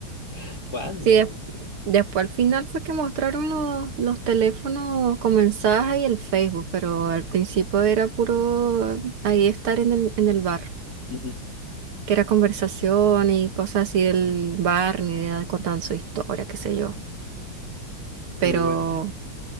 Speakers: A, on the left (about 45°); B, on the right (about 85°).
A: <laughs> ¿Cuándo?
B: Sí, des- después al final fue que mostraron los, los teléfonos con mensaje y el Facebook, pero al principio era puro ahí estar en el, en el bar,
A: Ujú.
B: que era conversación y cosas así del bar, ni idea de contar su historia, qué sé yo. Pero
A: Muy bueno,